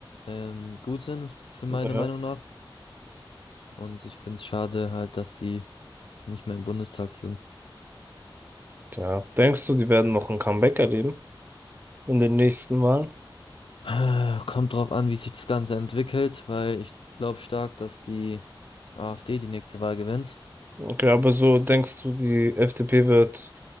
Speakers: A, on the left; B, on the right.
A: ähm, gut sind, für meine
B: Ja.
A: Meinung nach. Und ich finde es schade halt, dass die nicht mehr im Bundestag sind.
B: Ja. Denkst du, die werden noch ein Comeback erleben in den nächsten Wahlen?
A: Äh, Kommt drauf an, wie sich das Ganze entwickelt, weil ich glaube stark, dass die AfD die nächste Wahl gewinnt.
B: Okay, aber so denkst du, die FDP wird